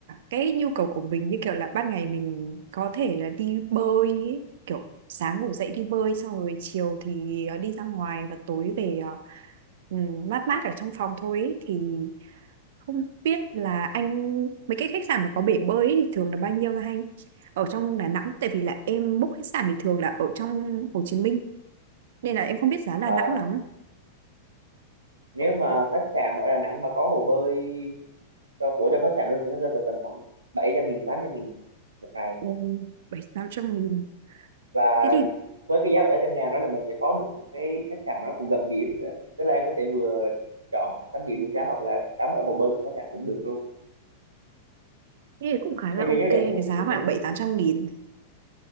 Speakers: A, on the right; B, on the right.
A: cái nhu cầu của mình như kiểu là ban ngày mình có thể là đi bơi ý, kiểu sáng ngủ dậy đi bơi xong rồi chiều thì ờ, đi ra ngoài và tối về ờ, ừm, mát mát ở trong phòng thôi ý. Thì không biết là anh mấy cái khách sạn mà có bể bơi ý thì thường là bao nhiêu hả anh ở trong Đà Nẵng tại vì là em book khách sạn thì thường là ở trong Hồ Chí Minh nên là em không biết giá Đà
B: à,
A: Nẵng lắm
B: nếu mà khách sạn mà ở Đà Nẵng mà có hồ bơi cho của trong khách sạn luôn thì nó rơi vào tầm khoảng 700 nghìn 800 nghìn một ngày
A: Ồ, bảy tám trăm nghìn
B: và
A: thế thì
B: với cái giá 700 ngàn đó là mình sẽ có được một cái khách sạn mà nó còn gần biển nữa tức là em có thể vừa chọn tắm biển buổi sáng hoặc là tắm ở hồ bơi của khách sạn cũng được luôn
A: thế thì cũng khá
B: maybe
A: là ok
B: nếu đẹp
A: với
B: hơn một
A: giá
B: chút thì
A: khoảng
B: mình
A: bảy
B: chỉ
A: tám trăm nghìn